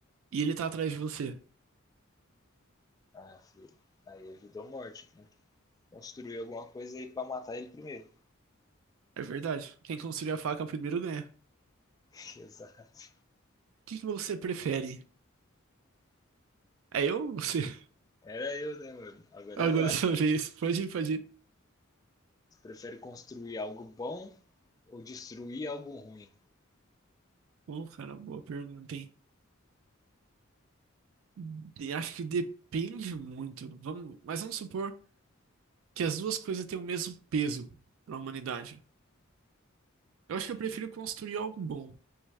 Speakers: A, on the right; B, on the left.
A: e ele tá atrás de você.
B: Ah, filho. Aí é vida ou morte. Tem que construir alguma coisa aí pra matar ele primeiro.
A: É verdade. Quem construir a faca primeiro ganha.
B: <laughs> Exato.
A: O que que você prefere? É eu ou você? <laughs>
B: Era eu, né, mano? Agora
A: Agora
B: vai.
A: é sua vez. Pode ir, pode ir.
B: Prefere construir algo bom ou destruir algo ruim?
A: Bom, cara, boa pergunta, hein? Hum, E acho que depende muito. Vamos, mas vamos supor. que as duas coisas têm o mesmo peso para a humanidade. Eu acho que
B: Sim.
A: eu prefiro construir algo bom.